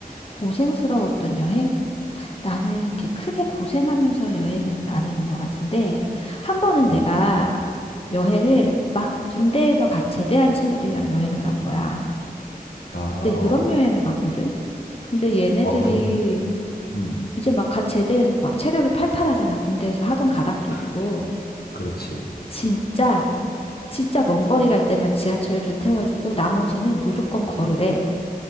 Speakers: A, on the left; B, on the left.
A: 고생스러웠던 여행? 나는 이렇게 크게 고생하면서 여행은 안 해본 것 같은데, 한 번은 내가
B: 음.
A: 여행을 막 군대에서 갓 제대한 친구들이랑 여행을 간 거야.
B: 아,
A: 그때
B: 어.
A: 유럽
B: 어,
A: 여행을 갔거든? 근데 얘네들이
B: 어, 군. 음.
A: 이제 막 갓 제대해서 막 체력이 팔팔하잖아. 군대에서 하던 가닥도
B: 그,
A: 있고.
B: 그렇지.
A: 진짜, 진짜 먼 거리 갈 때만 지하철을 태워주고 나머지는 무조건 걸으래.